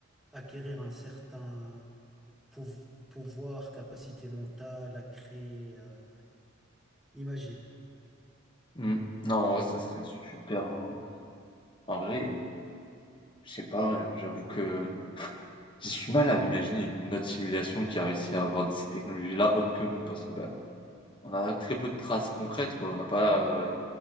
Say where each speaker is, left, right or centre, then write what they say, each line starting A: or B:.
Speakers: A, in the centre; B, on the left.
A: acquérir un certain pouv- pouvoir, capacité mentale à créer. à- Imagine.
B: Mmh. Non, ouais, ça serait super, hein. En vrai, je sais pas, heu, j'avoue que j'ai du mal à imaginer une autre simulation qui a réussi à avoir ces technologies-là autres que nous parce que, ben on a très peu de traces concrètes, quoi. On n'a pas,